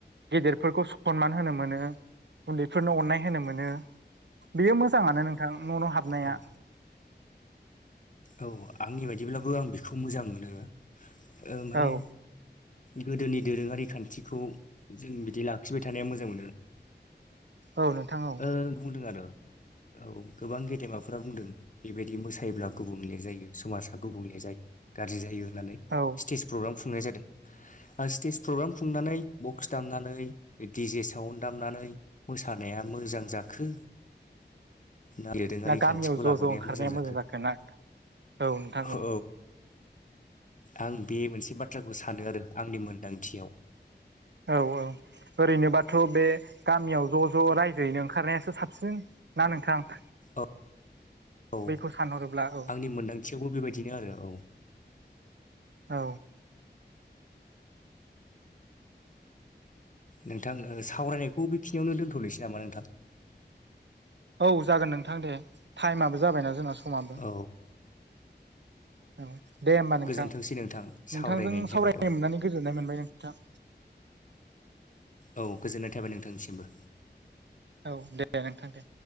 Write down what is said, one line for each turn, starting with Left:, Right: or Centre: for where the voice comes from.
Right: गेदेरफोरखौ सनमान होनो मोनो उनदैफोरनो अननाय होनो मोनो बेयो मोजाङानो नोंथां न' न' हाबनाया
Left: औ औ आंनि बायदिब्लाबो आं बेखौ मोजां मोनो ओ माने
Right: औ
Left: गोदोनि दोरोङारि खानथिखौ जों बिदि लाखिबाय थानाया मोजां मोनो
Right: औ नोंथां औ
Left: ओ बुंदों आरो औ गोबां गेदेमाफोरा बुंदों बेबायदि मोसायोब्ला गुबुंले जायो समाजा गुबुंले जायो गाज्रि जायो होननानै
Right: औ
Left: स्टेज प्रग्राम खुंनाय जादों स्टेज प्रग्राम खुंनानै बक्स दामनानै डि जे साउन्ड दामनानै मोसानाया मोजां जाखो ना दोरोंङारि
Right: गामियाव
Left: खान्थिखौ
Right: ज'
Left: लाबोनाया
Right: ज' ओंखारनाया
Left: मोजां जाखो
Right: जागोन ना औ नोंथां
Left: औ आं बे मोनसे बाथ्राखौ सानो आरो आंनि मोनदांथियाव
Right: औ औ ओरैनोबाथ' बे गामियाव ज' ज' रायजोयैनो ओंखारनायासो साबसिन ना नोंथां
Left: औ औ
Right: बैखौ सानहरोब्ला औ
Left: आंनि मोनदांथियावबो बेबायदिनो आरो औ
Right: औ
Left: नोंथां सावरायनायखौ बेखिनियावनो दोनथ'नोसै नामा नोंथां
Right: औ जागोन नोंथां दे टाइमाबो जाबायना जोंना समाबो
Left: औ
Right: औ दे होमबा नोंथां
Left: गोजोनथोंसै
Right: नोंथांजों
Left: नोंथां सावरायनायनि थाखाय
Right: सावरायनो
Left: औ
Right: मोननानै गोजोन्नाय मोनबाय नोंथां
Left: औ गोजोननाय थाबाय नोंथांनिसिमबो
Right: औ दे दे नोंथां दे